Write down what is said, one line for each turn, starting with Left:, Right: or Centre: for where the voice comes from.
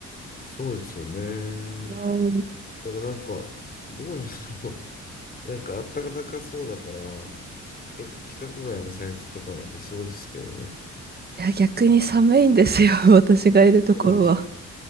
Left: そうですよね。
Right: うん
Left: ただなんか、どうなんだろう。<laughs> なんかあったかかそうだから、結構規格外のサイズとかいそうですけどね。
Right: いや、逆に寒いんですよ、<laughs> 私がいるところは。
Left: えそうなんですか